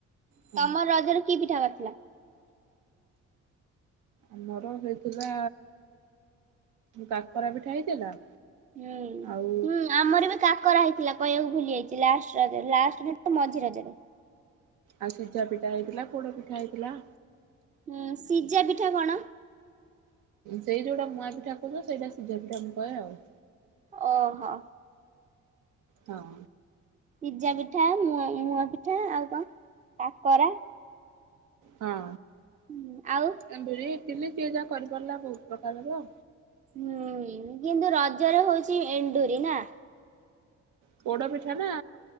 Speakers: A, on the right; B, on the right.
A: ହଁ
B: ତମର ରଜରେ କି ପିଠା କରିଥିଲ?
A: ଆମର ହେଇଥିଲା, କାକରା ପିଠା ହେଇଥିଲା
B: ହୁଁ-
A: ଆଉ
B: ହୁଁ ଆମର ବି କାକରା ହେଇଥିଲା କହିଆକୁ ଭୁଲି ଯାଇଛି, ଲାଷ୍ଟ ରଜରେ ଲାଷ୍ଟ ନୁହେଁ ତ ମଝି ରଜରେ।
A: ଆଉ ସିଝା ପିଠା ହେଇଥିଲା, ପୋଡ ପିଠା ହେଇଥିଲା।
B: ହୁଁ ସିଜା ପିଠା କଣ?
A: ସେଇ ଯୋଉଟା ମୁଆଁ ପିଠା କହୁଚ, ସେଇଟା ସିଝା ପିଠା ମୁଁ କହେ ଆଉ।
B: ଓ ହୋ।
A: ହଁ।
B: ସିଜା ପିଠା, ମୁଆଁ ମୁଆଁ ପିଠା ଆଉ କଣ କାକରା
A: ହଁ।
B: ହୁଁ ଆଉ
A: ଏଣ୍ଡୁରି, ଇଟିଲି ଯିଏ ଯାହା କରିପାରିଲା ବହୁତ ପ୍ରକାରର।
B: ହୁଁ କିନ୍ତୁ ରଜରେ ହଉଚି ଏଣ୍ଡୁରି ନା।
A: ପୋଡ଼ପିଠା ନା।